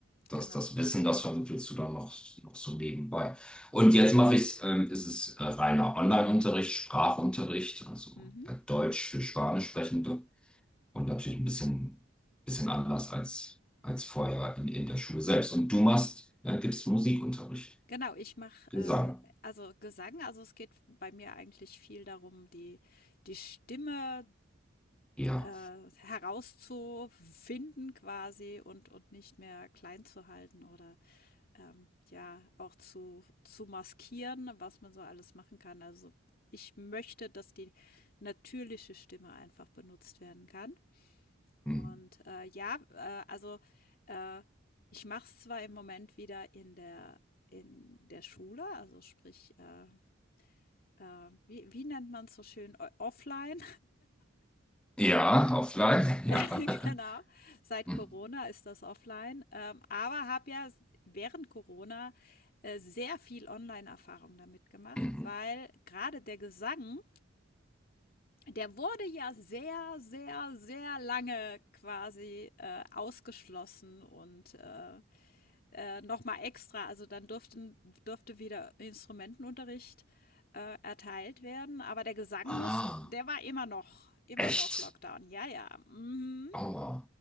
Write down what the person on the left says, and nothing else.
genau.
Mhm.
Genau, ich mache
äh, also Gesang, also es geht bei mir eigentlich viel darum, die, die Stimme
äh, herauszufinden quasi und, und nicht mehr klein zu halten oder ähm, ja, auch zu, zu maskieren, was man so alles machen kann. Also ich möchte, dass die natürliche Stimme einfach benutzt werden kann. Und
äh, ja, äh, also äh, ich mache es zwar im Moment wieder in der, in der Schule, also sprich, äh, äh, wie, wie nennt man es so schön, O- offline.
<laughs>
Genau, seit
Corona ist das offline, ähm, aber habe ja s- während Corona äh, sehr viel Online-Erfahrung damit gemacht,
weil gerade der Gesang, der wurde ja sehr, sehr, sehr lange quasi äh, ausgeschlossen und äh, äh, nochmal extra, also dann durften, durfte wieder Instrumentenunterricht äh, erteilt werden, aber der Gesang
muss, der war immer noch, immer
noch Lockdown. Ja, ja, mhm,